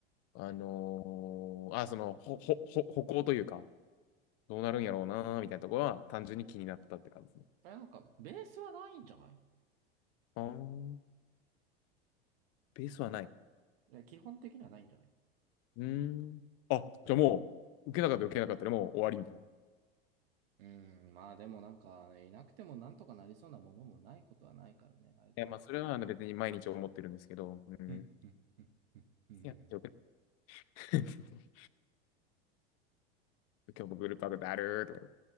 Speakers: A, on the left; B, on the right.
A: う。あのーあ、その、ほ、ほ、ほ、歩行というか、どうなるんやろうなーみたいなところは、単純に気になったって感じ。
B: え、なんかベースはないんじゃない
A: あー、ベースはない。
B: え基本的にはないんじゃない
A: うーん。あ、じゃあもう、受けなかったら受けなかったでもう終わりみたいな。い
B: うーん、まあでもなんか、いなくてもなんとかなりそうなものもないことはないからね、あれだけど。
A: や、まあ、それはあの別に毎日思ってるんですけど、うん。
B: うん、うん、うん、うん、うん。
A: いや、
B: 行
A: よく <laughs> 今日もグループワークだるーとかっ